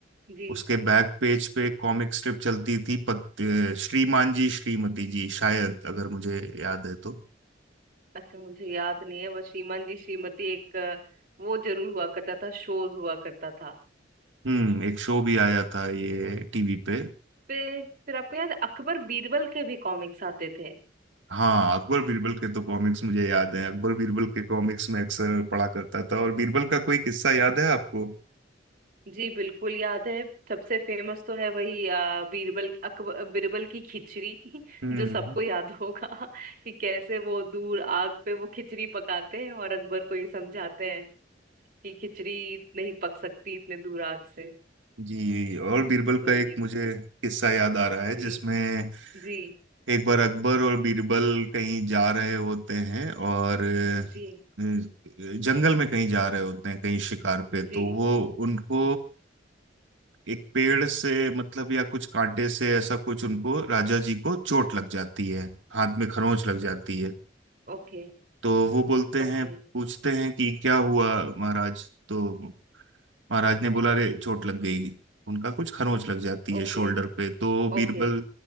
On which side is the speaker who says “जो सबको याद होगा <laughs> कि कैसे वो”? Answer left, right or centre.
Right